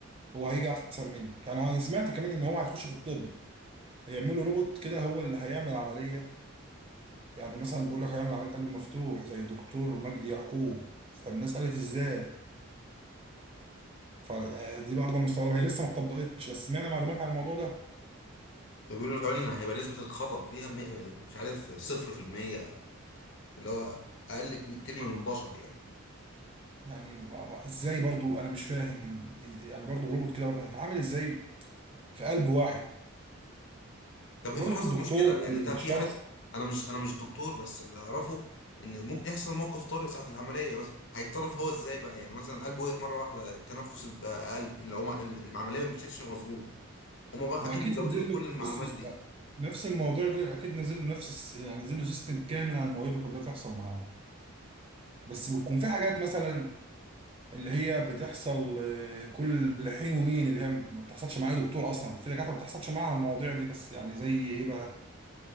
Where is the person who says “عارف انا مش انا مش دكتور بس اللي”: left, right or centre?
Left